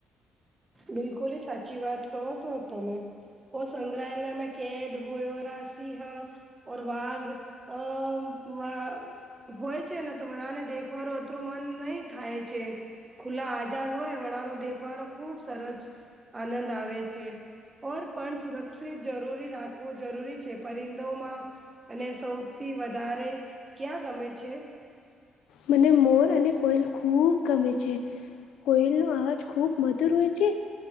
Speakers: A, on the right; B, on the left.
A: બિલકુલ એ સાચી વાત કહો છો તમે. ઓ સંગ્રહાલયમાં કેદ હોયોરા સિંહ ઓર વાઘ અ વા હોય છે ને તો બધાને દેખવાનું અતું મન નહી થાય છે. ખુલ્લા આઝાદ હોય વણરો દેખવારો ખુબ સરસ આનંદ આવે છે. ઓર પણ સુરક્ષિત જરૂરી રાખવું જરૂરી છે પરિંદોમાં અને સૌથી વધારે ક્યાં ગમે છે.
B: મને મોર અને કોઈલ ખૂબ ગમે છે. કોયલ ન અવાજ ખૂબ મધુર હોય છે.